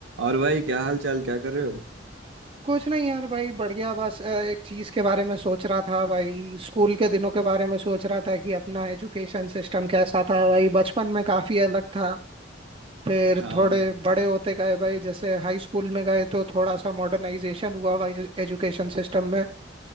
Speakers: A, on the right; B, on the right.
A: और भाई क्या हाल चाल क्या कर रहे हो
B: कुछ नहीं यार भाई बढ़ गया बस अ, एक चीज के बारे में सोच रहा था भाई स्कूल के दिनों के बारे में सोच रहा था कि अपना एजुकेशन सिस्टम कैसा था भाई बचपन में काफी अलग था फिर
A: हाँ
B: थोड़े बड़े होते गए भाई जैसे हाई स्कूल में गए तो थोड़ा सा मॉडर्नाइजेशन हुआ भाई एजुकेशन सिस्टम में